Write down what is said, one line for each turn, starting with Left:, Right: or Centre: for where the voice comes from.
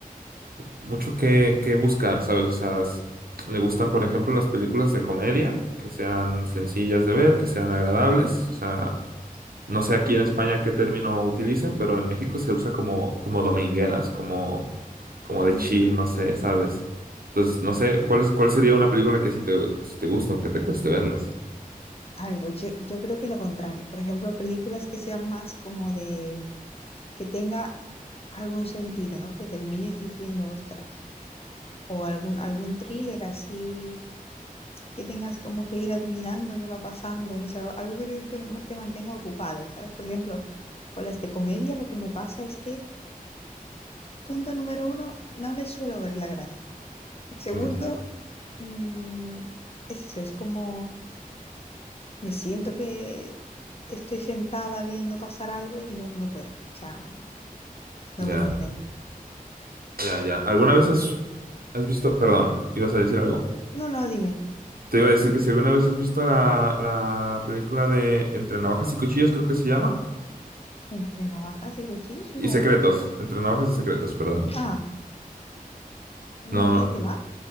Right: mucho que, que buscar, ¿sabes? O sea, s- le gustan, por ejemplo, las películas de comedia, que sean sencillas de ver, que sean agradables. O sea, no sé aquí en España qué término utilicen, pero en México se usa como, como domingueras, como, como de
Left: Mm.
Right: chill, no sé, ¿sabes? Entonces, no sé, ¿cuál, es- cuál sería una película que sí te, que sí te gusta, aunque te cueste verlas?
Left: A ver, pues yo, yo creo que lo contrario. Por ejemplo, películas que sean más como de que tenga algún sentido, ¿no? Que termines diciendo, ostras, o algún, algún thriller así, que tengas como que ir adivinando qué va pasando, no sé, algo que te, te- te mantenga ocupado, ¿sabes? Por ejemplo, con las de comedia lo que me pasa es que, punto número uno, no les suelo ver la gracia. Segundo,
Right: Mm,
Left: mm, es eso, es como me siento que estoy sentada viendo pasar algo y no, no puedo, o sea, no
Right: ya,
Left: me concentro.
Right: ya, ya. ¿Alguna vez
Left: No,
Right: has,
Left: sé.
Right: has visto, perdón, ibas a decir algo?
Left: no, no, dime.
Right: Te iba a decir que si alguna vez has visto la, la película de Entre Navajas y Cuchillos, creo que se llama,
Left: ¿Entre navajas y cuchillos?
Right: y
Left: No.
Right: Secretos, Entre Navajas y Secretos, perdón.
Left: Ah, no,
Right: No, no.
Left: ¿de qué va?